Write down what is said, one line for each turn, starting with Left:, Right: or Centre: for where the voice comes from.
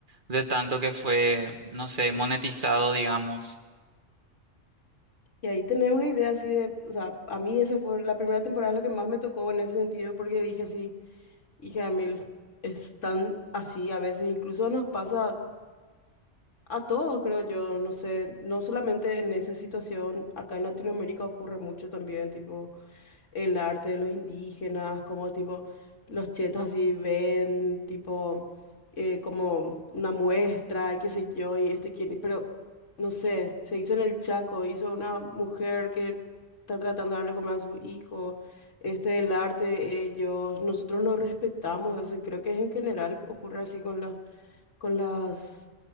Right: de tanto que fue, no sé, monetizado, digamos.
Left: Y ahí tenés una idea así de, o sea, a mí esa fue la primera temporada la que más me tocó en ese sentido porque dije así, hija de están así a veces, incluso nos pasa a todos, creo yo, no sé, no solamente en esa situación, acá en Latinoamérica ocurre mucho también, tipo, el arte de los indígenas, como tipo los chetos así ven, tipo eh, como una muestra, y qué sé yo, y este quién, pero no sé, se hizo en el Chaco, hizo una mujer que está tratando de darle comer a su hijo, este el arte de ellos, nosotros no respetamos eso, y creo que en general ocurre así con las, con las,